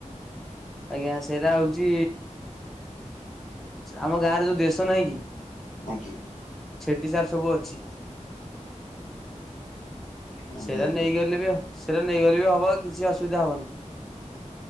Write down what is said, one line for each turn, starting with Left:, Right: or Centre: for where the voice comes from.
Centre: ଆଜ୍ଞା ସେଇଟା ହଉଛି ଆମ ସ ଗାଁରେ ଯୋଉ ଦେଶ ନାହିଁ କି।
Left: ଆଜ୍ଞା।
Centre: ଟିଜାର ସବୁ ଅଛି।
Left: ଆଜ୍ଞା
Centre: ସେରା
Left: ଆଜ୍ଞା।
Centre: ନେଇଗଲେ ବି ହ ସେରା ନେଇଗଲେ ବି ହବ କିଛି ଅସୁବିଧା ହବନି।